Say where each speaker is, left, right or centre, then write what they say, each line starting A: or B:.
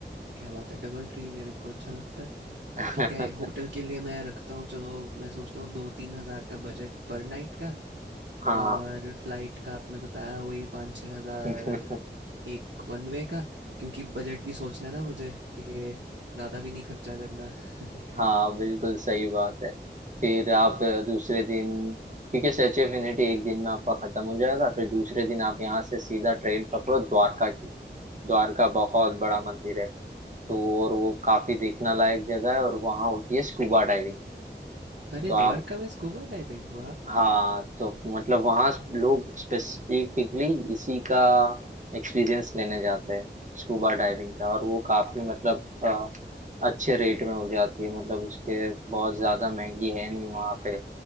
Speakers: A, on the right; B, on the right.
A: क्या बात है डबल ट्री मेरे को अच्छा लगता है
B: <laughs>
A: तो ठीक है होटल के लिए मैं रखता हूँ चलो मैं सोचता हूँ दो तीन हज़ार का बजट पर नाइट का
B: हाँ
A: और फ्लाइट का आपने बताया वही पाँच छः हज़ार
B: <laughs>
A: एक वन वे का क्योंकि बजट भी सोचना है ना मुझे कि ज़्यादा भी नहीं खर्चा करना <laughs>
B: हाँ बिल्कुल सही बात है फिर आप दूसरे दिन क्योंकि स्टैचू ऑफ यूनिटी एक दिन में आपका खत्म हो जाएगा फिर दूसरे दिन आप यहाँ से सीधा ट्रेन पकड़ो द्वारका की द्वारका बहुत बड़ा मंदिर है तो और वो काफी देखना लायक जगह है और वहाँ होती है स्कूबा डाइविंग
A: अरे
B: तो आप
A: द्वारका में स्कूबा डाइविंग वाह
B: हाँ तो मतलब वहाँ लोग स्पेसिफिकली इसी का एक्सपीरियंस लेने जाते हैं स्कूबा डाइविंग का और वो काफी मतलब अच्छे रेट में हो जाती है मतलब उसके बहुत ज्यादा महंगी है नहीं वहाँ पे